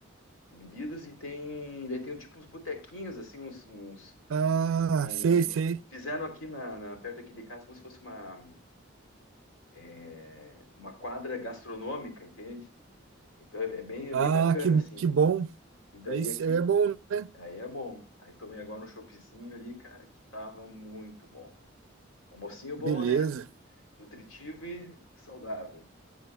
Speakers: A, on the left (about 85°); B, on the right (about 90°).
A: de bebidas e tem, daí tem um, tipo uns botequinhos assim, uns, uns
B: Ah,
A: um-
B: sei, sei.
A: fizeram aqui na, na- perto aqui de casa como se fosse uma é, uma quadra gastronômica, entende? Então é é bem, é
B: Ah,
A: bem bacana,
B: que,
A: assim.
B: que bom.
A: E daí
B: Aí cê-
A: aqui,
B: é bom, né?
A: aí é bom. Aí tomei agora um choppzinho ali, cara, que tava muito bom. Almocinho bom,
B: Beleza.
A: né? Nutritivo e saudável.